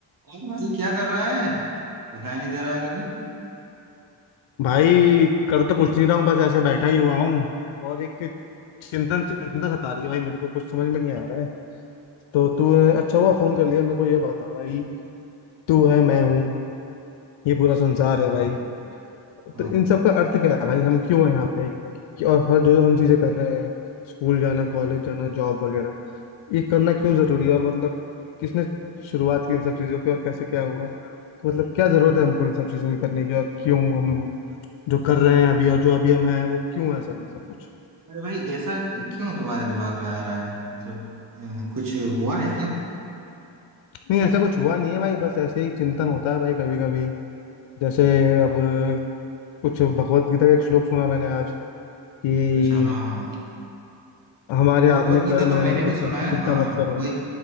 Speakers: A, on the right; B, on the left.
A: और भाई क्या कर रहा है दिखाई नहीं दे रहा है कभी
B: भाई कर तो कुछ नहीं रहा हूँ बस ऐसे बैठा ही हुआ हूँ और एक चिंतन चिंता सता रही है भाई मेरे को कुछ समझ में नहीं आ रहा है तो तू अच्छा हुआ फोन कर लिया मेरे को ये बता भाई तू है मैं हूँ ये पूरा संसार
A: हाँ
B: है भाई
A: भाई हाँ
B: तो
A: भाई
B: इन सब का अर्थ क्या है भाई हम क्यों है यहाँ पे कि- और हर जो हम चीजें कर रहे हैं स्कूल जाना कॉलेज जाना जॉब वगैरह ये करना क्यों जरूरी है और मतलब किसने शुरुआत की इन सब चीजों की और कैसे क्या हुआ मतलब क्या जरूरत है हमको इन सब चीजों की करने की और क्यों हम जो कर रहे हैं अभी और जो अभी हम हैं वो क्यों है सर ये सब कुछ
A: अरे भाई ऐसा क्यों तुम्हारे दिमाग में आ रहा है मतलब अ, कुछ हुआ है क्या
B: नहीं ऐसा कुछ हुआ नहीं है भाई बस ऐसे ही चिंतन होता है भाई कभी कभी जैसे अब कुछ भगवत गीता का एक श्लोक सुना मैंने आज कि
A: अच्छा हाँ हाँ
B: हमारे हाथ
A: भगवत
B: में
A: गीता
B: कर्म
A: तो
B: है
A: मैंने
B: लेकिन
A: भी सुना
B: फल की
A: है
B: चिंता
A: हाँ
B: मत
A: हाँ
B: करो
A: वही